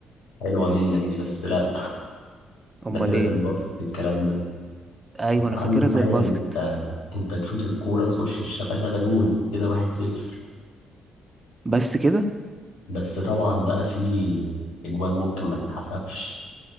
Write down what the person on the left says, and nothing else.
حلوة منك دي بس لا ده
كده
في الباطن في الكلام ده
انت
عندك
عادي
انت انت تشوط الكورة تخش الشبكة ده جون كده واحد صفر
بس طبعا بقى في اجوان ممكن ما تتحسبش